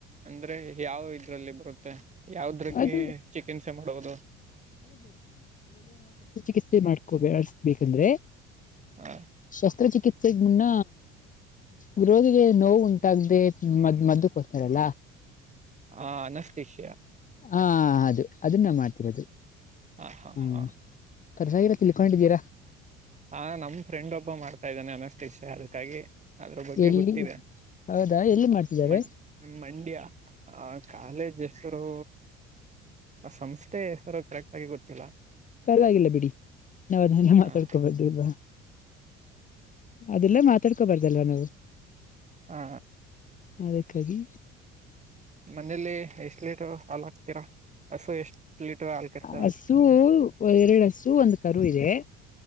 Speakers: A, on the right; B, on the left.
A: ಅಂದ್ರೆ ಯಾವ ಇದ್ರಲ್ಲಿ ಬರುತ್ತ ಮತ್ತ ಯಾವದ್ರಕ್ಕೆ
B: ಅದು
A: ಚಿಕಿತ್ಸೆ ಮಾಡುವುದು
B: ಚಿಕಿತ್ಸೆ ಮಾಡ್ಕೋ ಅಳ್ಸ್ಬೇಕಂದ್ರೆ
A: ಹ
B: ಶಸ್ತ್ರಚಿಕಿತ್ಸ ಗ ಮುನ್ನ ಗರೋದಿಗೆ ನೋವು ಉಂಟಾಗದೆ ಮದ್ ಮದ್ದುಕ್ ಹ್ತಾರಲ್ಲ
A: ಹಾ ನಷ್ಟತಿಷಯ
B: ಹಾ ಅದು ಅದನ್ನ ಮಾಡ್ತಿರೋದು
A: ಹ ಹ
B: ಹ್ಮ
A: ಹ
B: ಸೈರ ಕೊಂಡಿದ್ದೀರಾ
A: ಹಾ ನಮ್ ಫ್ರೆಂಡ್ ಒಬ್ಬ ಮಾಡ್ತಾ ಇದ್ದಾನೆ ಅನಷ್ಟು ಇಷ್ಯ ಅದಕ್ಕಾಗಿ ಅದ್ರ ಬಗ್ಗೆ
B: ಎಲ್ಲಿ
A: ಗೊತ್ತಿದೆ
B: ಹೌದಾ ಎಲ್ಲಿ ಮಾಡ್ತಿದ್ದಾರೆ
A: ಮ ಮಂಡ್ಯ ಆ ಕಾಲೇಜ್ ಹೆಸರು ಆ ಸಂಸ್ಥೆ ಹೆಸರು ಕರೆಕ್ಟ್ ಆಗಿ ಗೊತ್ತಿಲ್ಲ
B: ಪರವಾಗಿಲ್ಲ ಬಿಡಿ ನಾವವು ಅದನ್ನ ಮಾತಾಡ್ಕೋಬಹದು
A: ಹ
B: ಇ ಬ ಅದೆಲ್ಲ ಮಾತಾಡ್ಕೋಬಾರ್ದಲ್ವಾ ನಾವು
A: ಹಾ
B: ಅದಕ್ಕಾಗಿ
A: ಮನೇೆಯಲ್ಲಿ ಎಷ್ಟ ೇಟ್ ಹಾ ಹಾಕ್ತೀರಾ ಹಸು ಎಷ್ಟ್ ಲೀಟರ್ ಹಾಲ್ ಕರಿತವೆ
B: ಹಸು ಎರಡು ಹಸು ಒಂದ್ ಕರು ಇದೆ ಹ